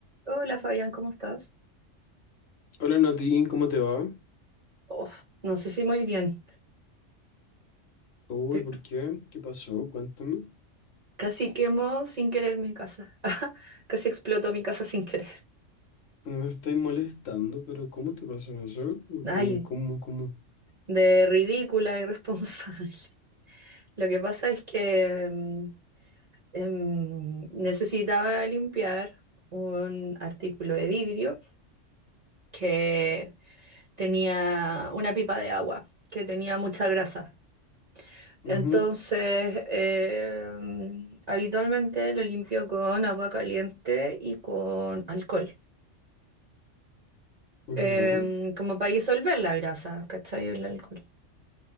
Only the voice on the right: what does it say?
Hola Fabián, ¿cómo estás?
Oh, no sé si muy bien.
Te-
Casi quemó sin querer mi casa. <laughs> Ajá, Casi explotó mi casa sin querer.
Ay,
de ridícula, irresponsable. <laughs> Lo que pasa es que mm, em, necesitaba limpiar un artículo de vidrio que tenía una pipa de agua, que tenía mucha grasa. Entonces,
em, habitualmente lo limpio con agua caliente y con alcohol, em,
como para disolver la grasa, ¿cachai? El alcohol.